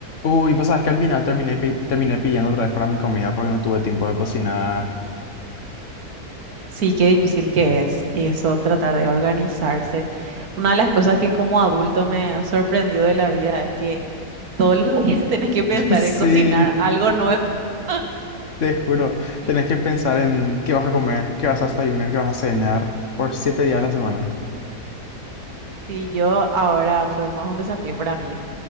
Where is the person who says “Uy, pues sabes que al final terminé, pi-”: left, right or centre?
Left